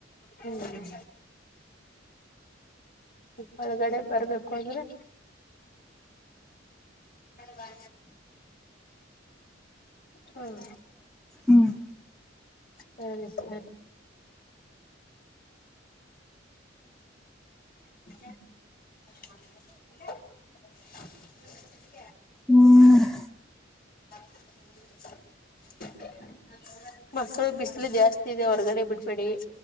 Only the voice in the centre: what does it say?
ಹ್ಮ್ ಹ್ಮ್
ಹ್ಮ್